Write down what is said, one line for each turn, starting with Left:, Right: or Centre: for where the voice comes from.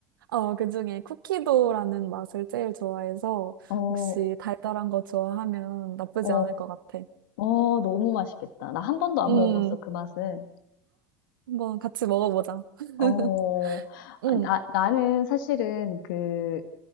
Right: 어, 그중에 쿠키도라는 맛을 제일 좋아해서
Left: 어,
Right: 혹시 달달한 거 좋아하면 나쁘지
Left: 어,
Right: 않을 것 같아.
Left: 어, 너무 맛있겠다. 나 한 번도 안
Right: 음,
Left: 먹어봤어, 그 맛은.
Right: 한번 같이 먹어보자. <laughs>
Left: 어, 아,
Right: 음,
Left: 나, 나는 사실은 그,